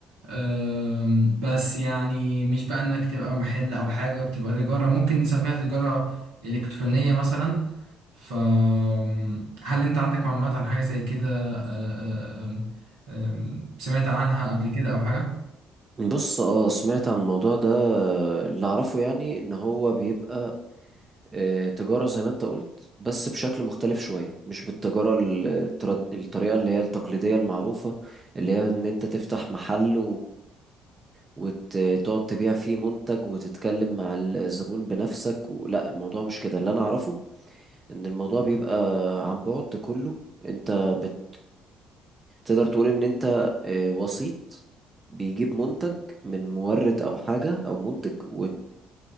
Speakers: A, on the right; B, on the right.
A: أم، بس يعني مش بقى انك تبقى محل او حاجة بتبقى تجارة ممكن نسميها تجارة إلكترونية مثلا فهل انت عندك معلومات عن حاجة زي كده أه، أم، أم، سمعت عنها قبل كده او حاجة؟
B: بص اه سمعت عن الموضوع ده اللي اعرفه يعني ان هو بيبقى آه، تجارة زي ما انت قلت بس بشكل مختلف شوية مش بالتجارة ال- التر- الطريقة اللي هي التقليدية المعروفة اللي هي ان انت تفتح محل وتقعد تبيع فيه منتج وتتكلم مع الزبون بنفسك و... لا الموضوع مش كده اللي انا اعرفه ان الموضوع بيبقى عن بعد كله انت بت تقدر تقول ان انت آه، وسيط بيجيب منتج من مورد او حاجة او منتج وت...